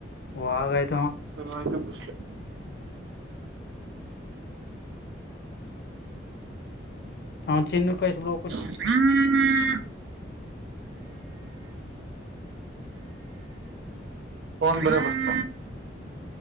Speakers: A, on the left (about 55°); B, on the right (about 70°).
A: ಹೋಗ ಆಯ್ತ
B: ಸುರ್ವಯತ ಬಿಸಿಲು
A: ಹಾ ಚಿನ್ನ ಕಳ್ಸಿ ಬಿಡು
B: ಹ್ಮ್ ಫೋನ್ ಬೇರೆ ಬರ್ತ